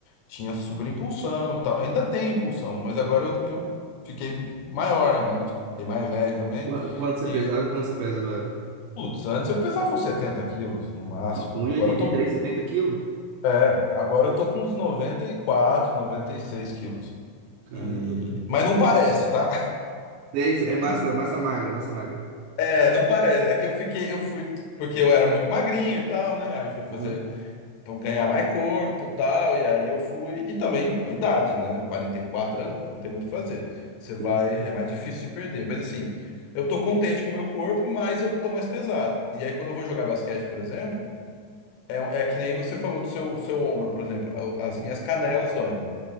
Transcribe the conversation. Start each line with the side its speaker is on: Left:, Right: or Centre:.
Left: tinha super impulsão e tal. Ainda tem impulsão, mas agora eu, eu fiquei maior, né? Tipo, fiquei mais velho também.
Right: Qu- Quanto você
Left: E,
Right: pesava e quanto você pesa agora?
Left: putz, antes eu pesava uns 70 quilos no máximo.
Right: Nossa, 1,83,
Left: Agora eu tô.
Right: 70 quilos?
Left: É, agora eu tô com uns noventa noventa e quatro, noventa e seis quilos.
Right: Caramba,
Left: E...
Right: velho.
Left: Mas não parece, tá?
Right: Sei, sei, é massa,
Left: <laughs>
Right: massa magra, massa magra.
Left: É, não parece. É que eu fiquei, eu fui, porque eu era muito magrinho e tal, né? Aí eu fui fazer,
Right: Né?
Left: pra ganhar mais corpo e tal, e aí eu fui. E também a idade, né? 44 anos, não tem muito o que fazer. Você
Right: Sim,
Left: vai,
Right: sim.
Left: é mais difícil de perder. Mas assim, eu tô contente com o meu corpo, mas eu tô mais pesado. E aí quando eu vou jogar basquete, por exemplo, é, é que nem você falou do seu, seu ombro, por exemplo. As minhas canelas doem.